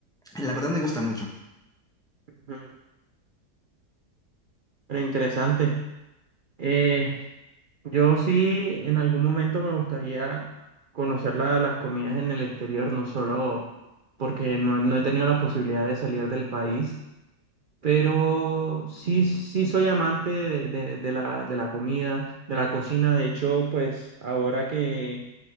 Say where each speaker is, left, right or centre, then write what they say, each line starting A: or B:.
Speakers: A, in the centre; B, on the right.
A: La verdad me gusta mucho.
B: Ujú. Pero interesante. Eh, Yo sí, en algún momento me gustaría conocer la- las comidas en el exterior, no solo porque no, no he tenido la posibilidad de salir del país, pero sí, sí soy amante de, de- de la, de la comida, de la cocina. De hecho, pues ahora que,